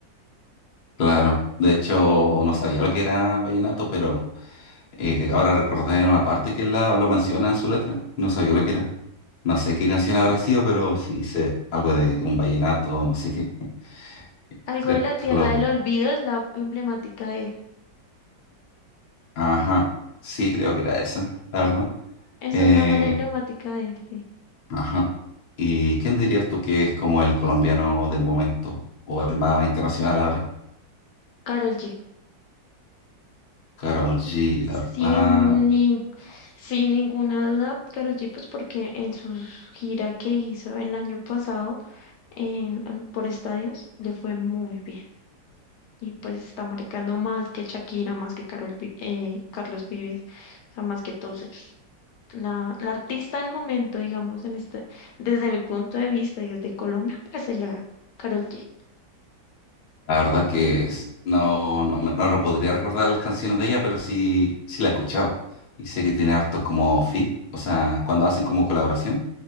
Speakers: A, on the left (about 50°); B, on the left (about 75°).
A: Claro, de hecho no sabía lo que era vallenato, pero eh, ahora recordé en una parte que la, lo menciona en su letra, no sabía lo que era. No sé qué canción habrá sido, pero si dice algo de un vallenato, no sé qué. <laughs>
B: Algo
A: Creo,
B: de la Tierra
A: lo
B: del
A: vi.
B: Olvido es la emblemática de él.
A: Ajá, sí creo que era esa, la verdad.
B: Esa
A: Eh,
B: es la más emblemática de él, sí.
A: ajá, ¿y quién dirías tú que es como el colombiano del momento o el más internacional ahora?
B: Karol G.
A: Karol G,
B: Sin,
A: la verdad.
B: nin- sin ninguna duda, Karol G, pues porque en su gira que hizo el año pasado en, en- por estadios le fue muy bien y pues está marcando más que Shakira, más que Karol Vi- eh, Carlos Vives, o sea, más que todos ellos. La, la artista del momento, digamos, en este, desde mi punto de vista y desde Colombia, pues sería Karol G.
A: La verdad es que s- no, no, me- no re- podría recordar las canciones de ella, pero sí, sí la he escuchado. Y sé que tiene hartos como fit, o sea, cuando hacen como colaboración.